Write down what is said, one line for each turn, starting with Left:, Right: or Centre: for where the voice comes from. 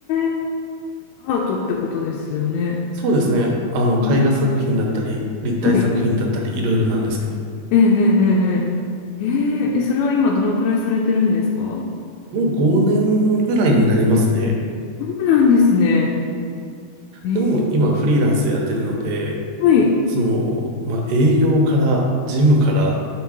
Left: え、アートってことですよね。
Right: そうですね。あの、
Left: ん
Right: 絵画作品だったり、立体作品だったり、
Left: はい、
Right: いろいろなんですけど。
Left: ええ、ええ、えーえー、えーえそれは今どのくらいされてるんですか
Right: もう5年ぐらいになりますね。
Left: そうなんですね。ええ、
Right: でも今フリーランスでやってるので、
Left: はい、
Right: その、まあ、営業から、事務から、